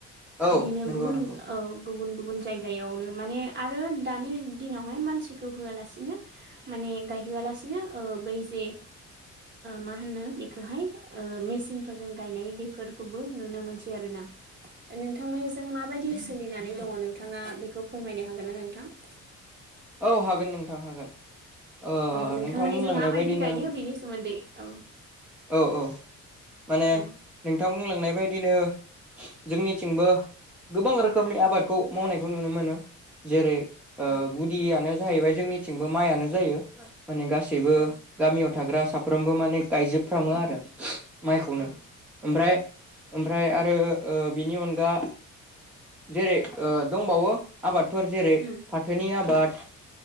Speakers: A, in the centre; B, on the right.
A: औ
B: बिदिनो
A: नंगौ
B: गुबुन
A: नंगौ
B: औ गुबुन गुबुन जायगायावनो माने आरो दानि दिनावहाय मानसिखौ होआलासिनो माने गायहोयालासिनो ओ बै जे मा होनो बेखौहाय मेसिनफोरजों गायनाय बेफोरखौबो नुनो मोनसै आरो ना। नोंथांमोनजों माबायदि सोलिनानै दङ नोंथाङा बेखौ फोरमायनो हागोन ना नोंथां?
A: औ हागोन नोंथां हागोन। ओ
B: अ नोंथांमोननि
A: नोंथां बुंलांनाय
B: जों माबायदि
A: बायदिनो
B: गायो बेनि सोमोन्दै औ
A: औ औ माने
B: औ
A: नोंथां बुंलांनाय बायदिनो जोंनिथिंबो गोबां रोखोमनि
B: औ
A: आबादखौ मावनायखौ नुनो मोनो जेरै
B: औ
A: यि आनो जाहैबाय जोंनिथिंबो माइआनो जायो माने गासैबो
B: औ
A: गामियाव थाग्रा साफ्रोमबो माने गायजोबफ्रामो आरो माइखौनो
B: औ
A: ओमफ्राय ओमफ्राय आरो बिनि अनगा जेरै दंबावो आबादफोर जेरै
B: उम
A: फाथोनि आबाद